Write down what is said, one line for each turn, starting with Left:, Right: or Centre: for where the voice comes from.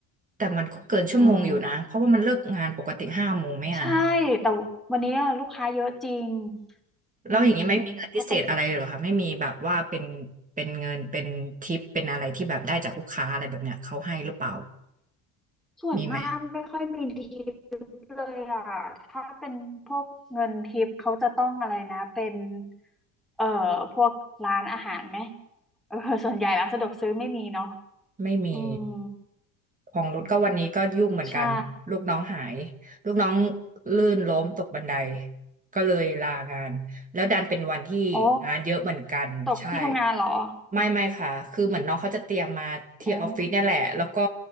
Right: แต่มันก็เกินชั่วโมงอยู่นะเพราะว่ามันเลิกงานปกติห้าโมงไหมอ่ะ
Centre: อืมใช่แต่วันนี้ลูกค้าเยอะจริง
Right: แล้วอย่างนี้ไม่มีเงินพิเศษอะไรเลยเหรอคะไม่มีแบบว่าเป็น
Centre: อืมก็ต้อง
Right: เป็นเงินเป็นทิปเป็นอะไรที่แบบได้จากลูกค้าอะไรแบบเนี้ยเขาให้หรือเปล่า
Centre: ส่วนมากไม่ค่อยมีทิป
Right: มีไหม
Centre: เลยอ่ะถ้าเป็นพวกเงินทิปเขาจะต้องอะไรนะ เป็น เอ่อ พวกร้านอาหารไหมเออส่วนใหญ่ร้านสะดวกซื้อไม่มีเนาะ
Right: ไม่มี
Centre: อืม
Right: ของรุดก็วันนี้ก็ยุ่งเหมือนกัน
Centre: ใช่
Right: ลูกน้องหายลูกน้องลื่นล้มตกบันไดก็เลยลางาน แล้วดันเป็นวันที่งานเยอะเหมือนกันใช่
Centre: โอ้ตกที่ทำงานเหรอ
Right: ไม่ไม่ค่ะคือเหมือนน้องเขาจะเตรียมมาที่ออฟฟิศเนี่ยแหละแล้วก็
Centre: โอ้